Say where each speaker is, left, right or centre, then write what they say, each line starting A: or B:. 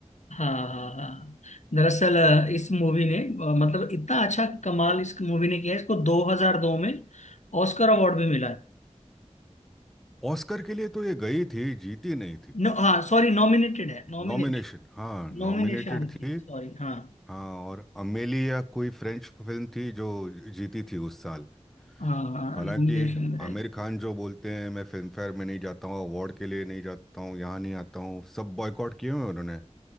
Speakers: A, on the left; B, in the centre.
A: हाँ हाँ हाँ दरअसल अ, इस मूवी ने अ, मतलब इतना अच्छा कमाल इस मूवी ने किया है, इसको 2002 में ऑस्कर अवार्ड भी मिला है
B: ऑस्कर के लिए तो ये गई थी जीती नहीं थी
A: नो हाँ सॉरी नॉमिनेटेड है नॉमिनेटेड
B: नॉमिनेशन हाँ
A: नॉमिनेशन
B: नॉमिनेटेड
A: में
B: थी
A: थी सॉरी हाँ
B: हाँ और अमेलिया कोई फ्रेंच फिल्म थी जो जीती थी उस साल
A: हाँ हाँ
B: हालांकि
A: नॉमिनेशन में रही
B: आमिर खान जो बोलते हैं मैं फिल्म फेयर में नहीं जाता हूँ अवार्ड के लिए नहीं जाता हूँ यहाँ नहीं आता हूँ सब बॉयकॉट किए हुए हैं उन्होंने